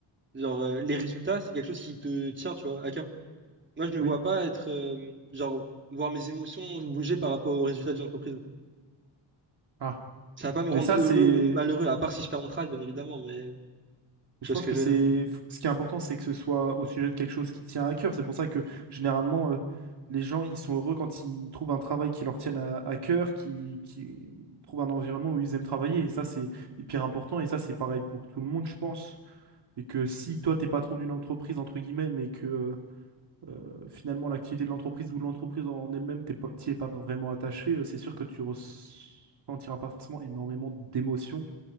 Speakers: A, on the right (about 25°); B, on the right (about 55°).
A: genre, euh, les résultats, c'est quelque chose qui te tient, tu vois, à cœur. Moi, je me
B: Oui.
A: vois pas être, euh, genre, voir mes émotions bouger par rapport aux résultats d'une entreprise.
B: Ah.
A: Ça va pas me
B: Mais
A: rendre
B: ça,
A: heureux
B: c'est
A: ou malheureux, à part si je perds mon travail, bien évidemment, mais tu
B: Je
A: vois
B: pense
A: ce que
B: que
A: je
B: c'est
A: veux dire.
B: ce qui est important, c'est que ce soit au sujet de quelque chose qui tient à cœur. C'est pour ça que généralement, euh, les gens, ils sont heureux quand ils trouvent un travail qui leur tienne à, à cœur, qui, qui trouvent un environnement où ils aiment travailler. Et ça, c'est hyper important. Et ça, c'est pareil pour tout le monde, je pense. Et que si toi, t'es patron d'une entreprise, entre guillemets, mais que euh, euh, finalement, l'activité de l'entreprise ou de l'entreprise en elle-même, t'es pas- t'y es pas vraiment attaché, euh, c'est sûr que tu ressentiras pas forcément énormément d'émotions